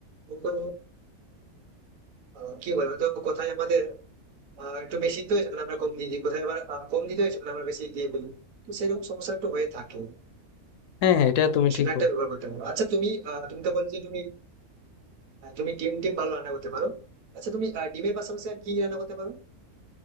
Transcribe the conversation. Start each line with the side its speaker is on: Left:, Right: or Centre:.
Right: কিন্তু আহ, কি বলবো তো কোথায় আমাদের আহ, একটু বেশি দিতে হয় সেখানে আমরা কম দিয়ে দিই কোথায় আবার আহ, কম দিতে হয় সেখানে আমরা বেশি দিয়ে বলি তো সেরকম সমস্যা একটু হয়ে থাকে
Left: হ্যাঁ হ্যাঁ এটা
Right: তো
Left: তুমি
Right: সেটা
Left: ঠিক
Right: একটা ব্যবহার করতে পারো আচ্ছা তুমি আহ, তুমি তো বলছো তুমি আহ, তুমি ডিম টিম ভালো রান্না করতে পারো আচ্ছা তুমি আহ, ডিমের পাশাপাশি আর কি রান্না করতে পারো